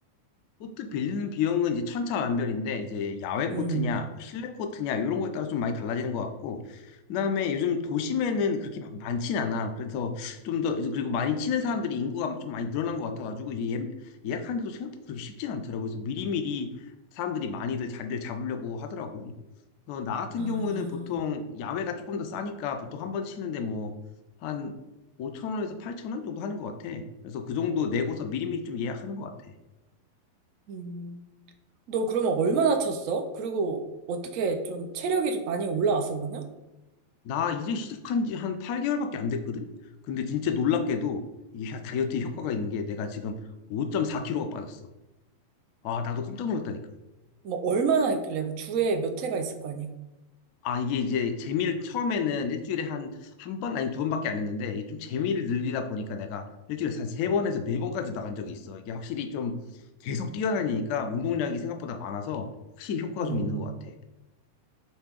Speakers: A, on the left (about 45°); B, on the right (about 40°).
A: 코트 빌리는 비용은 이제 천차만별인데 이제 야외
B: 음.
A: 코트냐 뭐 실내 코트냐 이런 거에 따라 좀 많이 달라지는 것 같고 그다음에 요즘 도심에는 그렇게 막 많진 않아 그래서 좀 더 그리고 많이 치는 사람들이 인구가 좀 많이 늘어난 것 같아가지고 이제 예, 약하는데도 생각보다 그렇게 쉽진 않더라고 그래서 미리미리 사람들이 많이들 자리를 잡으려고 하더라고 그래서 나 같은
B: 아,
A: 경우에는 보통 야외가 조금 더 싸니까 보통 한 번 치는데 뭐한 5천 원에서 8천 원 정도 하는 것 같아 그래서 그 정도 내고서 미리미리 좀 예약하는 것 같아
B: 음. 너 그러면 얼마나 쳤어? 그리고 어떻게 좀 체력이 좀 많이 올라왔어 그러냐?
A: 나 이제 시작한 지 한 8개월밖에 안 됐거든? 근데 진짜 놀랍게도 이 다이어트에 효과가 있는 게 내가 지금 5.4kg가 빠졌어. 아, 나도 깜짝 놀랐다니까.
B: 뭐 얼마나 했길래 뭐 주에 몇 회가 있을 거 아니야?
A: 아, 이게 이제 재미를 처음에는 일주일에 한, 한 번, 아니 두 번밖에 안 했는데 이좀 재미를 늘리다 보니까 내가 일주일에 한 세 번에서 네 번까지 나간 적이 있어. 이게 확실히 좀 계속 뛰어다니니까 운동량이 생각보다 많아서 확실히 효과가
B: 어,
A: 좀 있는 것 같아.